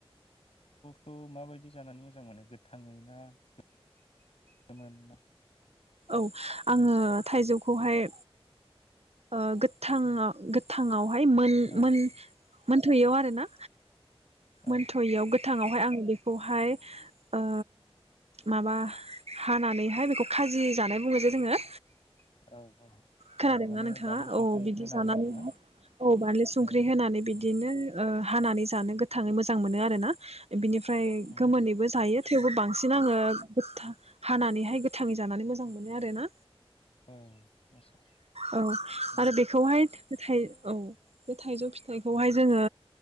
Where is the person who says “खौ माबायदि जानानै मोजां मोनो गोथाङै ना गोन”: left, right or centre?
Left